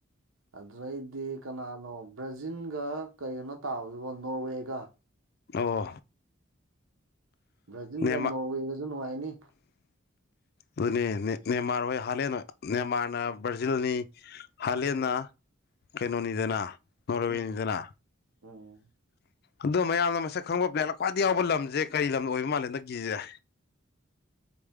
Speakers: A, on the right; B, on the left.
A: ꯑꯗꯨꯩꯗꯤ ꯀꯅꯥꯅꯣ ꯕ꯭ꯔꯖꯤꯟꯒ ꯀꯔꯤꯅꯣ ꯇꯥꯕꯗꯨꯕꯨ ꯅꯣꯔꯋꯦꯒ
B: ꯑꯣ
A: ꯕ꯭ꯔꯥꯖꯤꯜꯒ
B: ꯅꯦꯃꯥ
A: ꯅꯣꯔꯋꯦꯒꯁꯨ ꯅꯨꯡꯉꯥꯏꯅꯤ
B: ꯑꯗꯨꯅꯤ ꯃ꯭ꯦꯟꯃꯥꯔ ꯍꯣꯏ ꯍꯥꯂꯦꯟ ꯃꯦꯟꯃꯥꯔꯅ ꯕ꯭ꯔꯥꯖꯤꯜꯅꯤ ꯍꯥꯂꯦꯟꯅ
A: ꯎꯝ
B: ꯀꯩꯅꯣꯅꯤꯗꯅ ꯅꯣꯔꯋꯦꯅꯤꯗꯅ
A: ꯎꯝ ꯎꯝ ꯎꯝ
B: ꯑꯗꯣ ꯃꯌꯥꯝꯅ ꯃꯁꯛ ꯈꯪꯕ ꯄ꯭ꯂꯦꯠꯂ ꯈ꯭ꯋꯥꯏ ꯌꯥꯎꯕ ꯂꯝꯁꯦ ꯀꯔꯤ ꯂꯝꯅ ꯑꯣꯏꯕ ꯃꯥꯜꯂꯦ ꯀꯅꯒꯦ